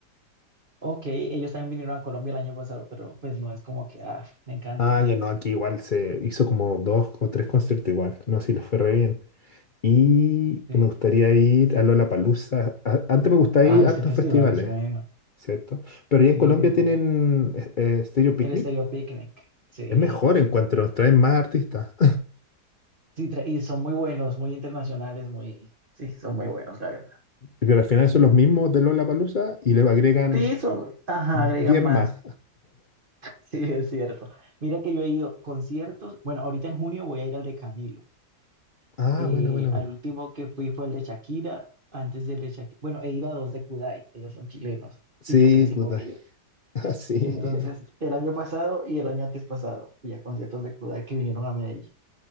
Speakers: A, on the right; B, on the left.
A: Ok, ellos también vinieron a Colombia el año pasado, pero pues no es como que, ah, me encante,
B: Ah,
A: no.
B: ya no, aquí igual se hizo como dos o tres conciertos igual. No sé si les fue re bien. Y
A: Sí.
B: me gustaría ir a Lollapalooza. A- Antes me gustaba
A: Ay,
B: ir a
A: este
B: hartos
A: festival
B: festivales,
A: es bueno.
B: ¿cierto? Pero ya
A: Sí,
B: en Colombia tienen eh, eh, Stereo Picnic.
A: el Estéreo Picnic, sí,
B: Es mejor, encuentro, nos traen más artistas.
A: sí, tra- y son muy buenos, muy internacionales, muy, sí, son muy buenos, la verdad.
B: <laughs> Pero al final son los mismos de Lollapalooza y le agregan
A: Sí, son, ajá,
B: 10
A: agregan más,
B: más.
A: <laughs> sí, es cierto. Mira que yo he ido conciertos, bueno, ahorita en junio voy a ir al de Camilo,
B: Ah,
A: eh,
B: buena, buena, buena.
A: al último que fui fue el de Shakira, antes del de Shakira, bueno, he ido a dos de Kudai, ellos son chilenos,
B: Sí,
A: y yo crecí
B: Kudai.
A: con ellos.
B: <laughs> Ah, sí.
A: Entonces, el año pasado y el año antes pasado, fui a conciertos de Kudai que vinieron a Medellín.